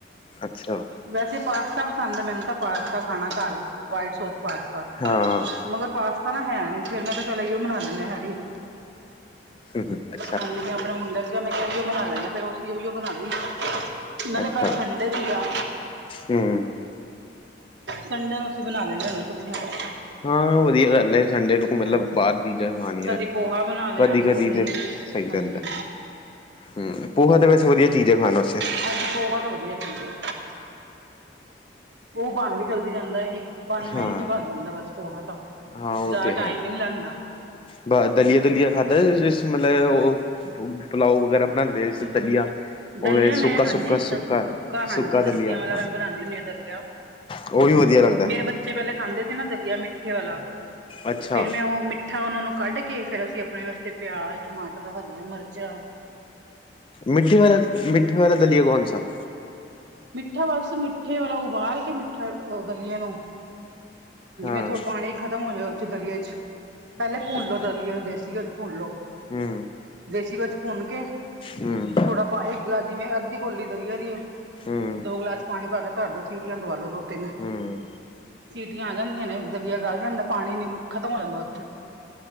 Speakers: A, on the left (about 30°); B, on the right (about 70°).
A: ਅੱਛਾ।
B: ਵੈਸੇ ਪਾਸਤਾ ਪਸੰਦ ਏ ਮੈਨੂੰ ਤਾਂ ਪਾਸਤਾ ਖਾਣਾ ਘਰ ਵਾਈਟ ਸੋਸ ਪਾਸਤਾ।
A: ਹਾਂ।
B: ਮਗਰ ਪਾਸਤਾ ਨਾ ਹੈ ਨੀ ਸੀ ਫਿਰ ਮੈਂ ਕੇਆ ਚਲ ਏਈਓ ਬਨਾ ਲੈਨੇਂ ਆ ਹੈਰੀ।
A: ਠੀਕ ਏ‌।
B: ਹਾਂਜੀ ਮੈਂ ਆਪਣੇ ਮੁੰਡੇ ਨੂੰ ਕੇਆ ਮੈਂ ਕੇਆ ਉਹੀਓ ਬਣਾ ਲੈਨੇਂ ਫਿਰ ਅਸੀਂ ਉਈਓ ਬਣਾਲੀ। ਨਾਲੇ
A: ਅੱਛਾ
B: ਕੱਲ ਸੰਨਡੇ ਸੀਗਾ।
A: ਹੂੰ।
B: ਸੰਨਡੇ ਨੂੰ ਅਸੀਂ ਬਣਾ ਲੈਨੇਂ ਹੁੰਨੇ ਆ ਕੁਛ ਨਾ ਕੁਛ।
A: ਹਾਂ, ਵਧੀਆ ਗੱਲ ਹੈ ਸੰਡੇ ਨੂੰ ਮਤਲਬ
B: ਹਾਂਜੀ
A: ਬਾਹਰ ਦੀਆਂ ਚੀਜ਼ਾਂ ਖਾਣੀਆਂ,
B: ਕਦੀ ਪੋਹਾ ਬਣਾ ਲਿਆ
A: ਕਦੀ -ਕਦੀ ਤੇ ਸਹੀ
B: ਹਾਂਜੀ
A: ਰਹਿੰਦੈ। ਹੂੰ ਪੋਹਾ ਤੇ ਵੈਸੇ ਵਧੀਆ ਚੀਜ਼ ਹੈ ਖਾਣ ਵਾਸਤੇ।
B: ਹਾਂਜੀ, ਪੋਹਾ ਤੇ ਵਧੀਆ ਚੀਜ਼ ਐ ਉਹ ਬਣ ਵੀ ਜਲਦੀ ਜਾਦੈ ਇੱਕ। ਪੰਜ-
A: ਹਾਂ
B: ਮਿੰਟ ਚ ਬਣ ਜਾਂਦਾ ਬਸ ਪੋਹਾ ਤਾਂ।
A: ਹਾਂ, ਉਹ
B: ਜ਼ਿਆਦਾ
A: ਤੇ ਹੈ
B: ਟਾਈਮ ਵੀ ਨੀ ਲੈਂਦਾ
A: ਬ ਦਲੀਆ- ਦੁਲੀਆ ਖਾਧਾ, ਜਿਸ ਮਤਲਬ ਉਹ ਪਲਾਓ ਵਗੈਰਾ ਬਣਾਉਦੇ ਜਿਸਾ ਦਲੀਆ। ਉਹ
B: ਦਲੀਆ
A: ਵੀ
B: ਮੈਂ
A: ਸੁੱਕਾ-
B: ਹਾਂਜੀ
A: ਸੁੱਕਾ,
B: ਸ
A: ਸੁੱਕਾ-
B: ਹਾਂਜੀ
A: ਸੁੱਕਾ
B: ਸਬਜ਼ੀਆਂ
A: ਦਲੀਆ
B: ਵਾਲਾ
A: ਹਾਂ।
B: ਮੈਂ ਬਣਾਉਂਦੀ ਹੁੰਦੀ ਹਾਂ ਦਲੀਆ
A: ਉਹ ਵੀ ਵਧੀਆ ਲੱਗਦੈ।
B: ਮੇਰੇ ਬੱਚੇ ਪਹਿਲੇ ਖਾਂਦੇ ਸੀ ਨਾ, ਦਲੀਆ ਮਿੱਠੇ ਵਾਲਾ
A: ਅੱਛਾ
B: ਫੇਰ ਮੈਂ ਉਹ ਮੀਠਾ ਉਹਨਾਂ ਨੂੰ ਕੱਢ ਕੇ, ਫੇਰ ਅਸੀਂ ਆਪਣੇ ਵਾਸਤੇ ਪਿਆਜ਼ ਟਮਾਟਰ ਹਰੀਆਂ ਮਰਚਾਂ
A: ਮਿੱਠੇ ਵਾਲਾ ਮਿੱਠੇ ਵਾਲਾ ਦਲੀਏ ਕੌਣ ਸਾ?
B: ਮਿੱਠਾ ਬਸ, ਮਿੱਠੇ ਵਾਲਾ ਉਬਾਲ ਕੇ ਮਿੱਠਾ ਦਲੀਏ ਨੂੰ
A: ਹਾਂ
B: ਜਿਵੇਂ ਥੋੜ ਪਾਣੀ ਖ਼ਤਮ ਹੋ ਜਾਇ ਉੱਥੇ ਦਲੀਆ ਚ ਪਹਿਲੇ ਭੁੰਨ
A: ਅੱਛਾ
B: ਲੋੋ ਦਲੀਏ ਨੂੰ, ਦੇਸੀ ਘਿਓ ਚ ਭੁੰਨ ਲੋ।
A: ਹੂੰ।
B: ਦੇਸੀ ਘਿਓ ਚ ਭੁੰਨ ਕੇ
A: ਹੂੰ
B: ਥੋੜਾ ਪਾ ਇੱਕ ਗਲਾਸ ਜਿਵੇਂ, ਅੱਧੀ ਕੋੌਲੀ ਦਲੀਆ ਦੀ ਐ
A: ਹੂੰ
B: ਦੋ ਗਲਾਸ ਪਾਣੀ ਪਾ ਕੇ ਧਰ ਦੋ, ਸੀਟੀਆਂ ਦਵਾ ਲੋ ਦੋ-ਤਿੰਨ।
A: ਹੂੰ
B: ਸੀਟੀਆਂ ਆ ਜਾਂਦੀਆਂ ਨੇ, ਦਲੀਆ ਗਲ ਜਾਂਦਾ ਪਾਣੀ ਨੀ ਖਤਮ ਹੋ ਜਾਂਦਾ ਉਰੇ ਚ।